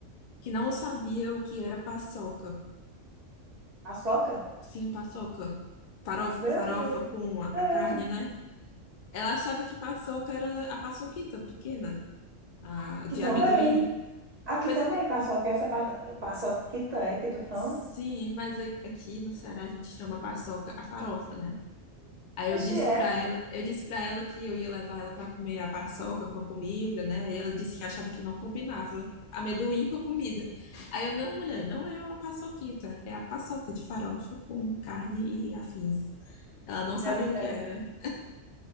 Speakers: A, on the left; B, on the right.
A: que não sabia o que era paçoca.
B: paçoca?
A: Sim, paçoca. Farofa,
B: Meu
A: farofa
B: Deus,
A: com a,
B: sei.
A: a carne, né? Ela achava que paçoca era a paçoquita pequena, a
B: Aqui
A: de
B: também.
A: amendoim.
B: Aqui
A: Pois
B: também, paçoca. é Essa pa- paçoquita é que tu fala?
A: sim, mas a- aqui no Ceará a gente chama paçoca a farofa, né? Aí eu
B: Oxi,
A: disse
B: é.
A: pra ela, eu disse para ela que eu ia levar ela pra comer a paçoca com a comida, né? E ela disse que achava que não combinava amendoim com a comida. Aí eu, não, mulher, não é uma paçoquita, é a paçoca de farofa com carne e afins. Ela não
B: É
A: sabia
B: diferente.
A: o que era.